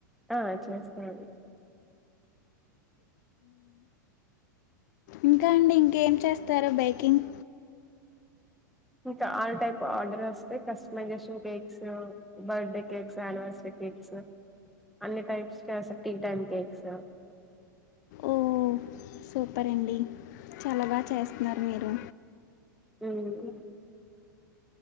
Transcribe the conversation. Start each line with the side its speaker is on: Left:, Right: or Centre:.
Centre: ఆ చేస్తాం
Left: ఇంకా అండి ఇంకేం చేస్తారు బైకింగ్
Centre: ఇంకా ఆల్ టైప్ ఆర్డర్ వస్తే కస్ మకాషం cakes birthday cakes anniversary cakes అన్ని టైప్స్ చేస్తారు టీ టైమ్ కేక్స్
Left: ఓ సూపర్ అండి చాలా బాగా చేస్తున్నారు మీరు
Centre: <unintelligible>